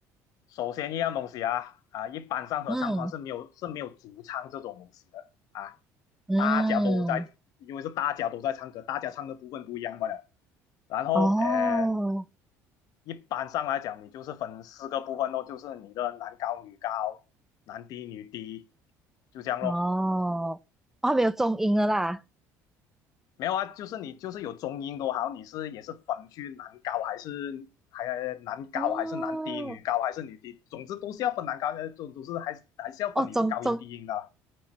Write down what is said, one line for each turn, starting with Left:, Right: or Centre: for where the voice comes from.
Left: 首先一样东西啊啊，一般上合唱团是没有是没有主唱这种东西的啊，
Centre: 嗯嗯，
Left: 大家都在，因为是大家都在唱歌，大家唱的部分不一样罢了。然后呃，
Centre: 哦
Left: 一般上来讲，你就是分四个部分咯，就是你的男高女高、男低女低，就这样咯。
Centre: 哦，哦，还没有中音了啦。
Left: 没有啊，就是你就是有中音都好，你是也是分去男高还是还男高还是男低女高还是女低，
Centre: 哦
Left: 总之都是要分男高，呃，总总是还还是要分你是高音低音的啊
Centre: 哦，中中